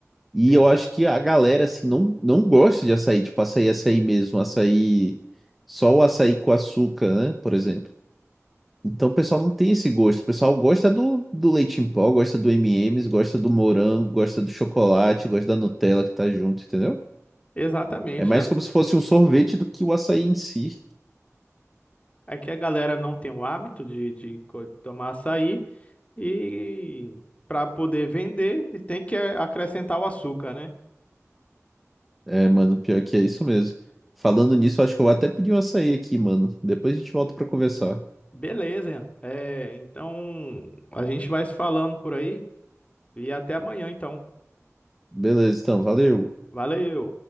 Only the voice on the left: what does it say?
Sim,
exatamente.
a-
É que a galera não tem o hábito de, de co- tomar açaí e para poder vender tem que a- acrescentar o açúcar, né?
Beleza, é, então a gente vai se falando por aí e até amanhã então.
Valeu!